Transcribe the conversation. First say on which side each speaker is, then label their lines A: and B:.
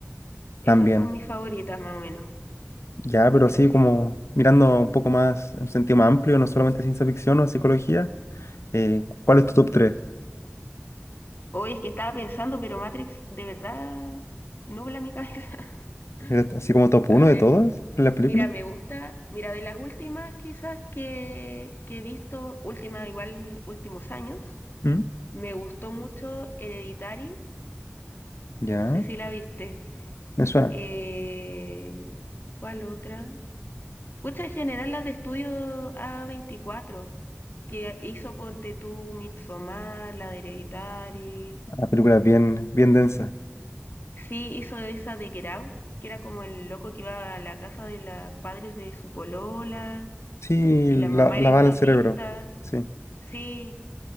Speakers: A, on the left; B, on the left.
A: también.
B: Esas son mis favoritas más o menos,
A: Ya, pero
B: pero
A: así
B: sí.
A: como mirando un poco más en un sentido más amplio, no solamente ciencia ficción o psicología. eh, ¿cuál es tu
B: Mm.
A: top tres
B: Hoy es que estaba pensando, pero Matrix de verdad no nubla mi cabeza. <laughs>
A: Era así como top
B: A
A: uno
B: ver,
A: de todas las películas.
B: Mira, me gusta, mira, de las últimas quizás que, que he visto, últimas igual últimos años,
A: ¿Mm?
B: me gustó mucho Hereditary,
A: Ya,
B: no sé si la viste.
A: me suena.
B: Eh, ¿cuál otra? Pucha, en general las de estudio a veinticuatro. que hizo Ponte tú, Midsommar, la de Hereditary.
A: La película es bien, bien densa.
B: Sí, hizo esa de Get Out, que era como el loco que iba a la casa de los padres de su polola
A: Sí,
B: y la mamá
A: la, la
B: era hipnotista.
A: va en el cerebro. Sí,
B: Sí,